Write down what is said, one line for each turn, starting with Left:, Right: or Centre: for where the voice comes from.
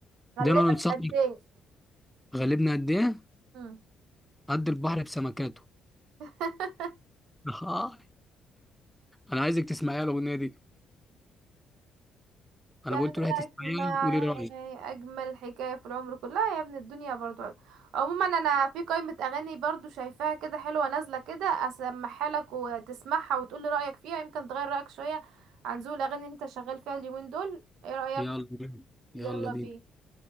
Right: غلبك
Centre: ده انا انصحك
Right: قد ايه
Centre: غلبني قد ايه
Right: امم
Centre: قد البحر بسمكاته
Right: <laughs>
Centre: اه انا عايزك تسمعيها الاغنيه دي انا
Right: قال
Centre: بقول تروحي تسمعيها
Right: لك معاي
Centre: وقولي رايك
Right: اجمل حكايه في العمر كلها يا ابن الدنيا برضو عموما انا في قائمه اغاني برضو شايفاها كده حلوه نازله كده اسمعها لك وتسمعها وتقول لي رايك فيها يمكن تغير رايك شويه عن ذوق الاغاني اللي انت شغال فيها اليومين دول ايه رايك
Centre: يلا بينا
Right: يلا
Centre: يلا بينا
Right: بينا